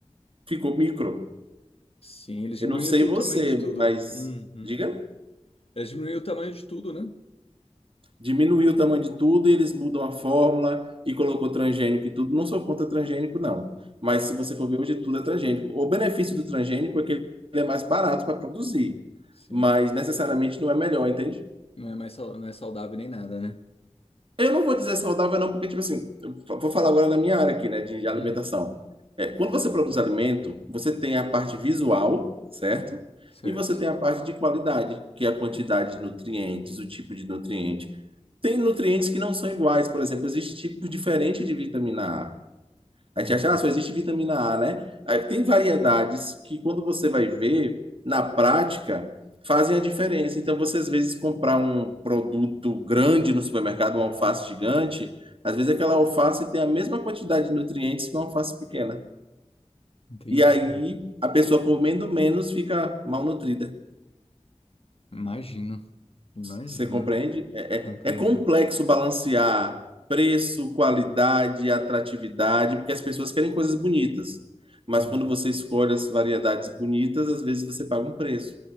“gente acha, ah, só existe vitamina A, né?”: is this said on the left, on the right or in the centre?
Right